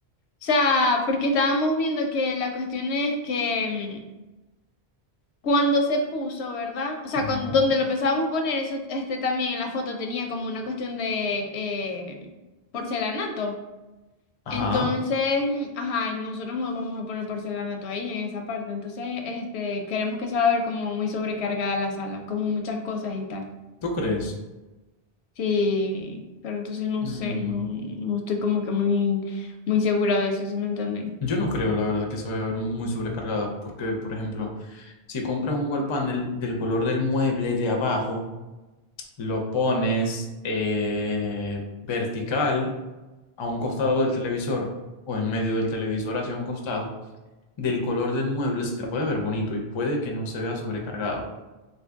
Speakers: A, on the left; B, on the left.
A: sea, porque estábamos viendo que la cuestión es que mm, cuando se puso, ¿verdad? O sea,
B: Ujú.
A: con, donde lo pensábamos poner, eso este también en la foto tenía como una cuestión de eh, porcelanato.
B: Ajá,
A: Entonces, ajá, nosotros no vamos a poner porcelanato ahí en esa parte. Entonces, este, queremos que se va a ver como muy sobrecargada la sala, como muchas cosas y tal.
B: ¿tú crees?
A: Sí, pero entonces no
B: Mm.
A: sé, no, no estoy como que muy, muy segura de eso, ¿sí me entienden?
B: Yo no creo, la verdad, que se vaya a ver muy sobrecargada, porque, por ejemplo, si compras un wall panel del color del mueble de abajo, lo pones eh, vertical a un costado del televisor o en medio del televisor hacia un costado, del color del mueble se te puede ver bonito y puede que no se vea sobrecargado,